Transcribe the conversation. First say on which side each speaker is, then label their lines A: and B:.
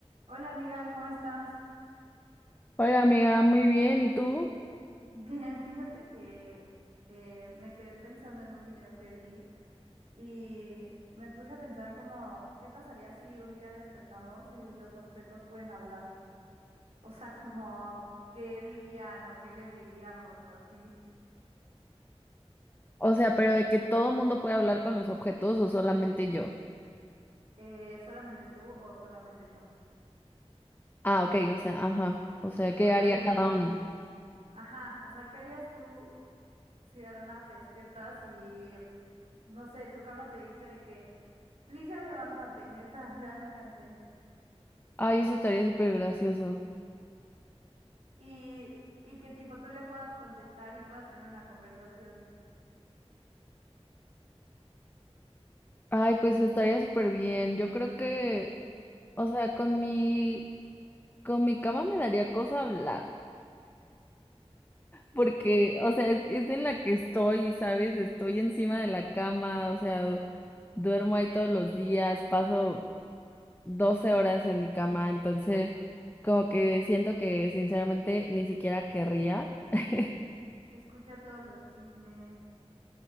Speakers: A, on the right; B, on the left.
A: Hola amiga, ¿cómo estás?
B: Oiga, amiga, muy bien, ¿y tú?
A: <laughs> Bien, fíjate que eh, me quedé pensando en un video que vi y me puse a pensar como, ¿qué pasaría si un día despertamos y los objetos pueden hablar? <laughs> O sea, como, ¿qué dirían o qué les diríamos o así?
B: O sea, pero de que todo mundo puede hablar con los objetos o solamente yo.
A: Eh, ¿solamente tú o solamente yo?
B: Ah, ok, o sea, ajá. O sea,
A: Tipo,
B: ¿qué
A: nadie
B: haría
A: más.
B: cada uno?
A: Ajá, o sea, ¿qué harías tú si de la nada te despiertas y, no sé, tu cama te dice de que, please ya levántate, neta, <laughs> ya me cansé?
B: Ay, eso estaría súper gracioso.
A: y, y que tipo tú le puedas contestar y puedas tener una conversación.
B: Ay, pues estaría súper bien. Yo creo que, o sea, con mi, con mi cama me daría cosa hablar. Porque, o sea, es, es en la que estoy, ¿sabes? Estoy encima de la cama, o sea, duermo ahí todos los días, paso. 12 horas en mi cama, entonces como que siento que sinceramente ni siquiera querría. <laughs>
A: Escucha todos los chismes